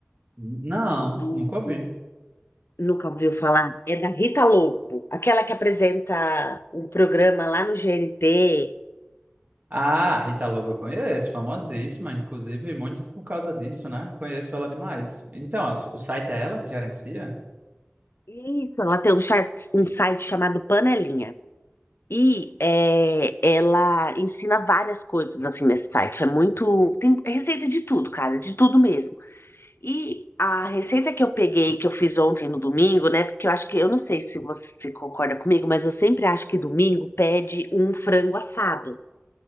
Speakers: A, on the right; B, on the left.
A: Não,
B: do.
A: nunca ouvi.
B: Nunca ouviu falar? É da Rita Lobo, aquela que apresenta um programa lá no GNT.
A: Ah, Rita Lobo eu conheço, famosíssima, inclusive muito por causa disso, né? Conheço ela demais. Então, o site é ela que gerencia?
B: Isso, ela tem um, chat- um site chamado Panelinha. E é, ela ensina várias coisas assim nesse site. É muito. Tem receita de tudo, cara, de tudo mesmo. E a receita que eu peguei, que eu fiz ontem no domingo, né? Porque eu acho que, eu não sei se você concorda comigo, mas eu sempre acho que domingo pede um frango assado.